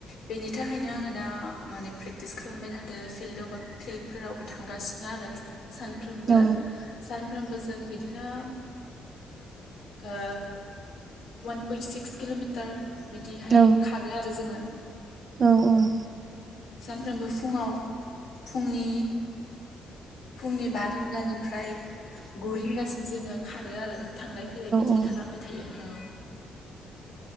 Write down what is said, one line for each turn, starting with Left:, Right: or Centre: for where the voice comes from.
Left: बेनि थाखायनो आङो दा माने प्रेकटिस खालामबाय थादों फिल्डआवबो फिल्डफोरावबो थांगासिनो आरो सानफ्रोमबो,
Right: औ
Left: सानफ्रोमबो जों बिदिनो ओ वान पुइन्ट सिक्स किल'मिटार बिदिहाय
Right: औ
Left: खारो आरो जोङो
Right: औ औ
Left: सानफ्रोमबो फुङाव फुंनि फुंनि बा रिंगानिफ्राय गु रिंगासिम जोङो खारो आरो थांलाय फैलाय बिदि
Right: औ
Left: खालामबाय थायो औ